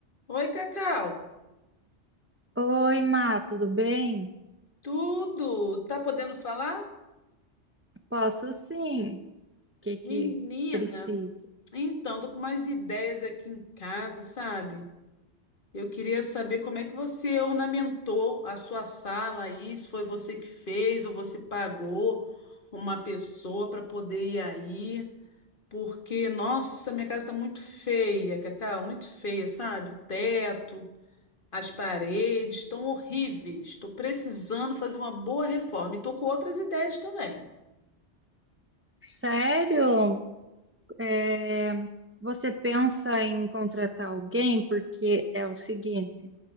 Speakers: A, on the left (about 50°); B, on the right (about 20°).
A: Oi, Cacau.
B: Oi, Má, tudo bem?
A: Tudo? Tá podendo falar?
B: Posso sim. O que que
A: Menina,
B: precisa?
A: então, tô com mais ideias aqui em casa, sabe? Eu queria saber como é que você ornamentou a sua sala aí, se foi você que fez ou você pagou uma pessoa para poder ir aí, porque, nossa, minha casa tá muito feia, Cacau, muito feia, sabe? O teto, as paredes estão horríveis. Tô precisando fazer uma boa reforma e tô com outras ideias também.
B: Sério? É, você pensa em contratar alguém? Porque é o seguinte,